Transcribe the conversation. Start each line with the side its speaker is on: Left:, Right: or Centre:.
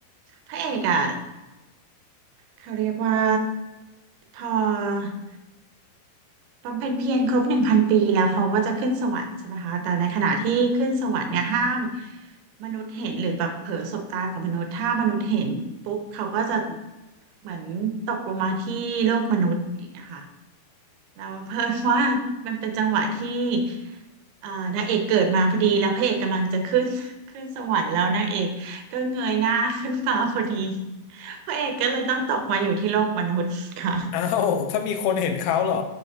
Right: พระเอกอ่ะเขาเรียกว่าพอ บำเพ็ญเพียรครบหนึ่งพันปีแล้วเขาก็จะขึ้นสวรรค์ใช่ไหมคะแต่ในขณะที่ขึ้นสวรรค์เนี่ยห้ามมนุษย์เห็นหรือแบบเผลอสบตากับมนุษย์ถ้ามนุษย์เห็นปุ๊บเขาก็จะเหมือนตกลงมาที่โลกมนุษย์อย่างเงี้ยค่ะแล้วเพิ่นว่ามัน <laughs> เป็นจังหวะที่เอ่อนางเอกเกิดมาพอดีแล้วพระเอกกำลังจะขึ้น <laughs> ขึ้นสวรรค์แล้วนางเอกก็เงยหน้าขึ้นฟ้าพอดี <laughs> พระเอกก็เลยต้องตกมาอยู่ที่โลกมนุษย์ค่ะ <laughs>
Left: อ้าวถ้ามีคนเห็นเขาเหรอ